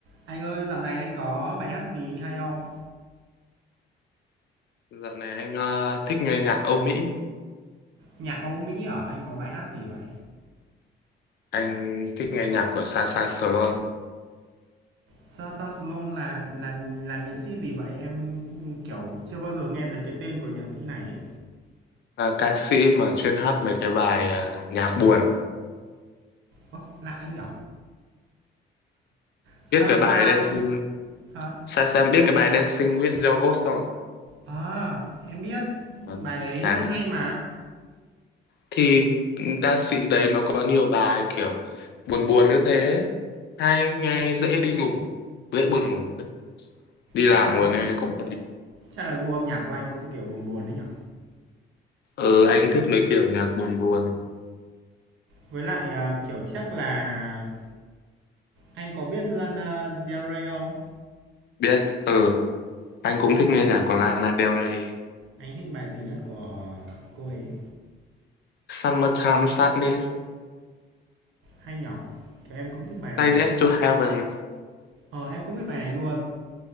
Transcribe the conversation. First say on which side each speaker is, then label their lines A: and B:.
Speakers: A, on the right; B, on the left.
A: Anh ơi, dạo này anh có bài hát gì hay không?
B: Dạo này anh ờ, thích nghe nhạc Âu Mỹ,
A: Nhạc Âu Mỹ hả? Anh có bài hát gì vậy?
B: anh thích nghe nhạc của Sasha Sloan,
A: Sasha Sloan là là là nghệ sĩ gì vậy? Em kiểu chưa bao giờ nghe thấy cái tên của nhạc sĩ này ấy.
B: ờ, ca sĩ mà chuyên hát mấy cái bài ờ, nhạc buồn.
A: Ố, lạ anh nhỉ? Sasha
B: Biết cái bài Dancing,
A: hả?
B: Sasha biết cái bài Dancing with Your Ghost không?
A: À, em biết
B: Ờ.
A: bài đấy
B: Đấy.
A: hay mà.
B: Thì ca sĩ đấy nó có nhiều bài kiểu buồn buồn như thế, hay nghe dễ đi ngủ, dễ buồn ngủ. Đi làm
A: Chắc là
B: ngồi nghe cũng thấy.
A: chắc là gu âm nhạc của anh cũng kiểu buồn buồn đấy nhở?
B: Ừ, anh thích mấy kiểu nhạc buồn buồn.
A: Với lại à, kiểu chắc là anh có biết Lana Del Rey không?
B: Biết, ừ, anh cũng thích nghe nhạc của Lana Del Rey.
A: Anh thích bài gì nhất của cô ấy?
B: Summertime Sadness
A: Hay nhở? Kiểu em cũng thích bài đấy
B: Digest
A: ấy.
B: to Heaven
A: Ờ, em cũng biết bài này luôn.